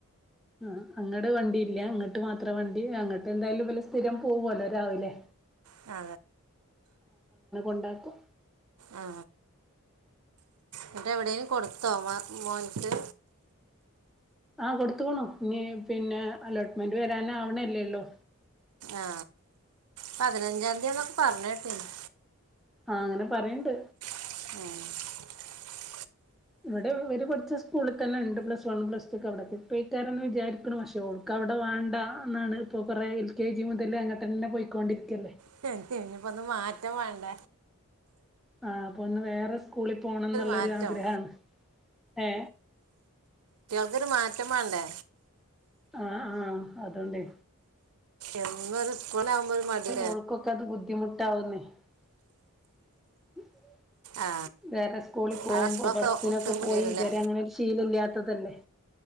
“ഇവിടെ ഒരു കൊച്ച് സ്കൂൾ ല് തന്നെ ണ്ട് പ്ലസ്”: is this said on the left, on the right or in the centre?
Centre